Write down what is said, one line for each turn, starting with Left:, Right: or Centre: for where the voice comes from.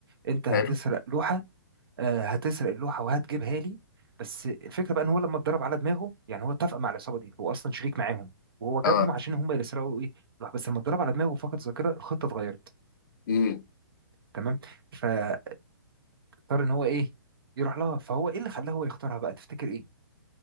Right: انت هتسرق
Left: حلو
Right: لوحه آه، هتسرق اللوحه وهتجيبها لي بس الفكره بقى ان هو لما اتضرب على دماغه يعني هو اتفق مع العصابه دي هو اصلا شريك معاهم وهو جابهم
Left: اه
Right: عشان هم اللي سرقوا ايه اللوحه بس لما اتضرب على دماغه فقد ذاكره الخطه اتغيرت
Left: امم
Right: تمام فاضطر ان هو ايه يروح لها فهو ايه اللي خلاه هو يختارها بقى تفتكر ايه